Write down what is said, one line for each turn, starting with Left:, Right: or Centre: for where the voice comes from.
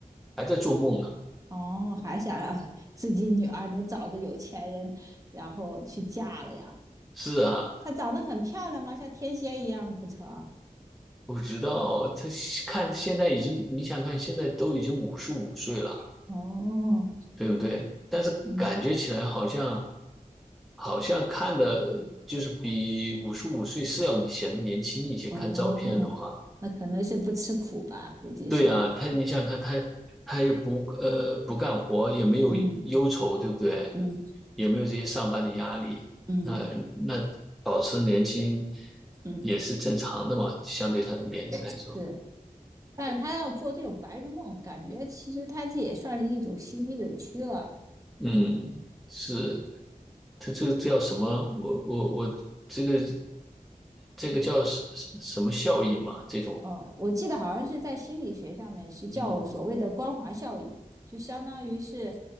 Centre: 还在做梦呢。
Right: 哦，还想让 <laughs> 自己女儿能找个有钱人，然后去嫁了呀？
Centre: 是啊，
Right: 她长得很漂亮吗？像天仙一样的不成？
Centre: 我知道他看现在已经，你想看现在都已经五十五岁了，
Right: 哦，
Centre: 对不对？但是感觉起来好像
Right: 嗯，
Centre: 好像看的就是比五十五岁是要你显得年轻一些，
Right: 哦，
Centre: 看照片的话。
Right: 那可能是不吃苦吧，估计是。
Centre: 对呀，他你想想看，他他又不呃不干活，也没有忧愁，
Right: 嗯
Centre: 对不对？
Right: 嗯
Centre: 也没有这些上班的压力，
Right: 嗯
Centre: 那那保持年轻
Right: 嗯，
Centre: 也是正常的嘛，相对他的年龄来说，
Right: 是。但是他要做这种白日梦，感觉其实他这也算是一种心理扭曲了。
Centre: 嗯，是，他这个叫什么？我我我这个这个叫什什什么效益嘛？这种，
Right: 呃，我记得好像是在心理学上面是叫所谓的光环效应，
Centre: 嗯
Right: 就相当于是